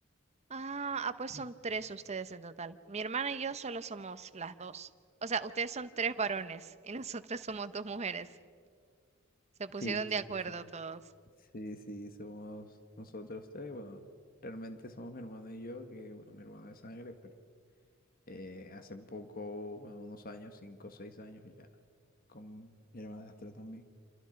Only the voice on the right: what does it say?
Ah, ah, pues
son tres ustedes en total. Mi hermana y yo solo somos las dos. O sea, ustedes son tres varones y <laughs> nosotros somos dos mujeres. Se pusieron
de acuerdo
todos.